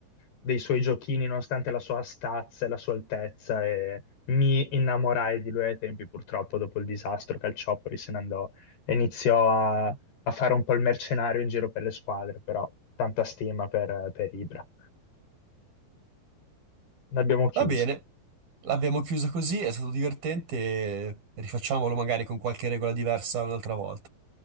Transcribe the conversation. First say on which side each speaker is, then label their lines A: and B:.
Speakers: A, on the left; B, on the right.
A: dei suoi giochini, nonostante la sua stazza e la sua altezza, e mi innamorai di lui ai tempi, purtroppo, dopo il disastro, Calciopoli se ne andò e iniziò a, a fare un po' il mercenario in giro per le squadre, però tanta stima per, per Ibra. L'abbiamo chiuso.
B: Va bene, l'abbiamo chiusa così, è stato divertente, rifacciamolo magari con qualche regola diversa un'altra volta.